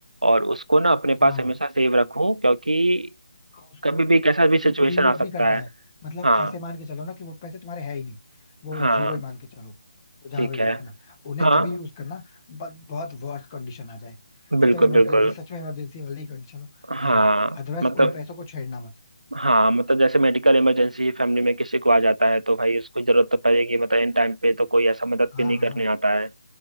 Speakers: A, on the right; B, on the left.
A: और उसको ना अपने
B: हाँ
A: पास हमेशा सेव रखूं क्योंकि
B: और उसको
A: कभी भी कैसा भी
B: उसको
A: सिचुएशन
B: कभी यूज
A: आ सकता
B: नहीं करना
A: है
B: है मतलब
A: हाँ
B: ऐसे मान के चलो ना कि वो पैसे तुम्हारे है ही नहीं वो
A: हाँ
B: जीरो ही मान के चलो वो जहां
A: ठीक
B: पे भी
A: है
B: रखना उन्हें
A: हाँ
B: तभी यूज करना बट बहुत वर्स्ट कंडीशन आ जाए एकदम
A: बिल्कुल
B: इमरजेंसी
A: बिल्कुल
B: सच में इमरजेंसी वाली कंडीशन हो
A: हाँ
B: तभी अदरवाइज
A: मतलब
B: उन पैसों को छेड़ना मत
A: हाँ मतलब जैसे मेडिकल इमरजेंसी फैमिली में किसी को आ जाता है तो भाई उसको जरूरत तो पड़ेगी मतलब इन टाइम पे तो कोई ऐसा मदद
B: हाँ
A: भी नहीं
B: हाँ
A: करने आता है